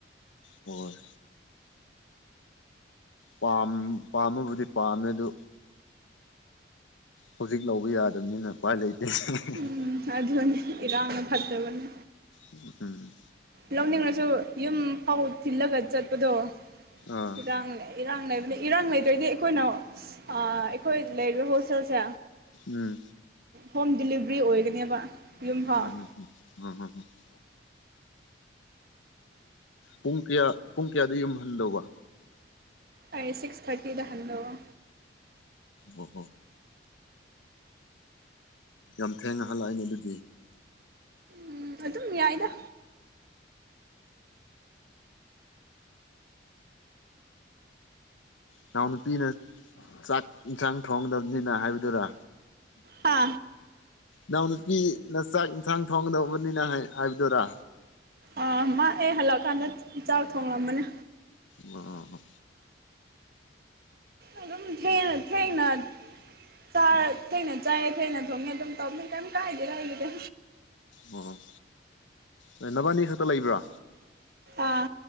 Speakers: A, on the left; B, on the right.
A: ꯍꯣꯏ-ꯍꯣꯏ ꯄꯥꯝ ꯄꯥꯝꯕꯕꯨꯗꯤ ꯄꯥꯝꯃꯦ ꯑꯗꯨ ꯍꯧꯖꯤꯛ ꯂꯧꯕ ꯌꯥꯗꯕꯅꯤꯅ ꯎꯄꯥꯏ ꯂꯩꯇꯦ ꯍ ꯍ ꯍꯥ
B: ꯎꯝ ꯑꯗꯨꯅꯦ ꯏꯔꯥꯡꯅ ꯐꯠꯇꯕꯅꯦ
A: ꯎꯨꯝ
B: ꯂꯧꯅꯤꯡꯅꯁꯨ ꯌꯨꯝ ꯐꯥꯎ ꯊꯤꯜꯂꯒ ꯆꯠꯄꯗꯣ
A: ꯑꯥ
B: ꯏꯔꯥꯡ ꯂꯩ ꯏꯔꯥꯡ ꯂꯩꯕꯅꯤ ꯏꯔꯥꯡ ꯂꯩꯗꯣꯏꯗꯤ ꯑꯩꯈꯣꯏꯅ ꯑꯥ ꯑꯩꯈꯣꯏ ꯂꯩꯔꯤꯕ ꯍꯣꯜꯁꯦꯜꯁꯦ
A: ꯎꯝ
B: ꯍꯣꯝ ꯗꯤꯂꯤꯚꯔꯤ ꯑꯣꯏꯒꯅꯦꯕ ꯌꯨꯝꯐꯥꯎ
A: ꯎꯝ <inaudible> ꯄꯨꯡ ꯀꯌꯥ ꯄꯨꯡ ꯀꯌꯥꯗ ꯌꯨꯝꯍꯟꯗꯧꯕ
B: ꯑꯩ ꯁꯤꯛꯁ ꯊꯥꯔꯇꯤꯗ ꯍꯟꯗꯣꯕ
A: ꯑꯣ ꯑꯣ ꯌꯥꯝ ꯊꯦꯡꯅ ꯍꯜꯂꯛꯑꯅꯤ ꯑꯗꯨꯗꯤ
B: ꯎꯨꯝ ꯑꯗꯨꯝ ꯌꯥꯏꯗ
A: ꯏꯅꯥꯎ ꯅꯨꯄꯤꯅ ꯆꯥꯛ ꯏꯟꯁꯥꯡ ꯊꯣꯡꯒꯗꯕꯅꯤꯅ ꯍꯥꯏꯕꯗꯨꯔꯥ
B: ꯍꯥ
A: ꯅꯥꯎ ꯅꯨꯄꯤꯅ ꯆꯥꯛ ꯏꯟꯁꯥꯡ ꯊꯣꯡꯒꯗꯧꯕꯅꯤꯅ ꯍꯥꯏ ꯍꯥꯏꯕꯗꯨꯔꯥ
B: ꯑꯥ ꯃꯥ ꯑꯩ ꯍꯜꯂꯛꯑꯀꯥꯟꯗ ꯆ-ꯆꯥꯛ ꯊꯣꯡꯂꯝꯃꯅꯤ
A: ꯑꯥ
B: ꯑꯗꯨꯝ ꯊꯦꯡꯅꯥ ꯊꯦꯡꯅꯥ ꯆꯥꯛ ꯊꯦꯡꯅ ꯆꯥꯏ ꯊꯦꯡꯅ ꯊꯣꯡꯉꯦ ꯑꯗꯨꯝ ꯇꯧꯅꯤ ꯀꯩꯝ ꯀꯥꯏꯗꯦꯗꯥ ꯑꯩꯒꯤꯗꯤ
A: ꯑꯣ-ꯑꯣ ꯅ ꯅꯕꯥꯅꯤ ꯈꯛꯇ ꯂꯩꯕ꯭ꯔꯥ
B: ꯑꯥ